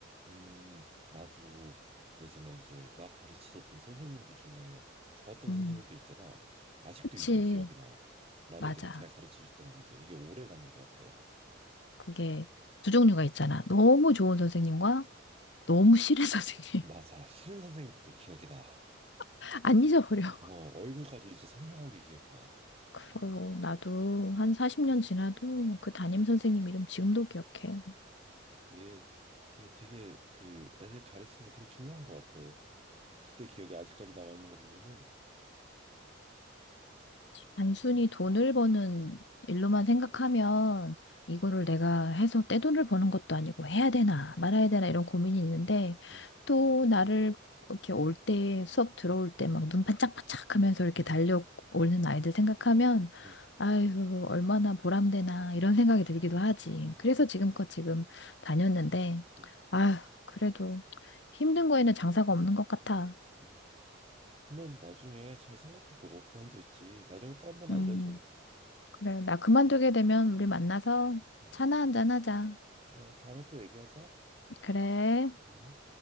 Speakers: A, on the right; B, on the left.
A: 음, 나도 예전에 이제 나 가르쳐줬던 선생님들 중에 좋았던
B: 음.
A: 선생님들 있잖아. 아직도
B: 그치.
A: 이름이 기억이 나. 나를
B: 맞아.
A: 되게 잘 가르쳐줬던 분들. 이게 오래 가는 것 같아.
B: 그게 두 종류가 있잖아. 너무 좋은 선생님과 너무 싫어, 선생님.
A: 맞아. 싫은 선생님들도 기억이 나.
B: <laughs> 안 잊어버려.
A: 어, 얼굴까지 이제 선명하게 기억이 나.
B: 그럼 나도 한 40년 지나도 그 담임
A: 음.
B: 선생님 이름 지금도 기억해.
A: 이게, 이게 되게 그 애들 가르치는 게 되게 중요한 것 같아. 그때 기억이 아직까지 남아있는 거 보면은.
B: 단순히
A: 음,
B: 돈을 버는 일로만 생각하면 이거를 내가 해서 떼돈을 버는 것도 아니고 해야 되나 말아야 되나 이런 고민이 있는데
A: 음,
B: 또 나를 이렇게 올 때 수업 들어올 때 막 눈 반짝반짝 하면서 이렇게 달려오는 아이들 생각하면
A: 음,
B: 아유 얼마나 보람되나 이런 생각이 들기도 하지. 그래서
A: 음,
B: 지금껏 지금 다녔는데
A: 음.
B: 아 그래도 힘든 거에는 장사가 없는 것 같아.
A: 음. 한번 나중에 잘 생각해보고 그만둘지 나중에 또 한번
B: 음.
A: 알려줘.
B: 그래, 나 그만두게 되면 우리 만나서
A: 음,
B: 차나 한잔 하자.
A: 그래, 다음에 또 얘기하자.
B: 그래.
A: 음.